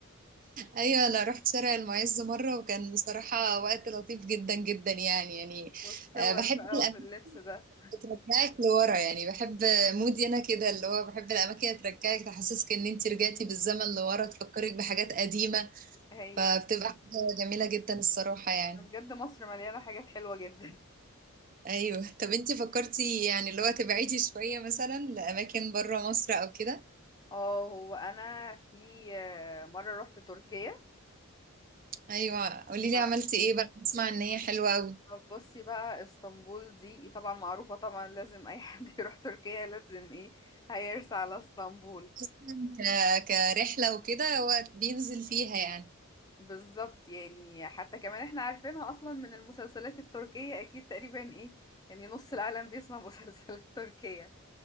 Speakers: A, on the right; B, on the left.
A: ايوه انا رحت شارع المعز مره وكان بصراحه وقت لطيف جدا جدا يعني يعني
B: <laughs> والصور
A: آه، بحب
B: بقى
A: الاماكن
B: باللبس ده
A: اللي ترجعك لورا يعني بحب مودي انا كده اللي هو بحب الاماكن اللي ترجعك تحسسك ان انت رجعتي بالزمن لورا تفكرك بحاجات قديمه
B: ايوه
A: فبتبقى حاجه جميله جدا الصراحه يعني
B: بجد مصر مليانة حاجات حلوة جدا
A: ايوه طب انت فكرتي يعني اللي هو تبعدي شويه مثلا لاماكن بره مصر او كده
B: <laughs> اه هو انا في آه، مرة رحت تركيا
A: ايوه قولي
B: ف-
A: لي عملتي ايه بقى بسمع ان هي حلوه قوي
B: فبصي بقى اسطنبول دي إيه، طبعا معروفة طبعا لازم أي حد <laughs> يروح تركيا لازم ايه هيرسى على اسطنبول
A: <laughs> ك... كرحله وكده هو بينزل فيها يعني
B: بالظبط يعني حتى كمان احنا عارفينها أصلا من المسلسلات التركية أكيد تقريبا ايه يعني نص العالم بيسمع <laughs> مسلسلات تركية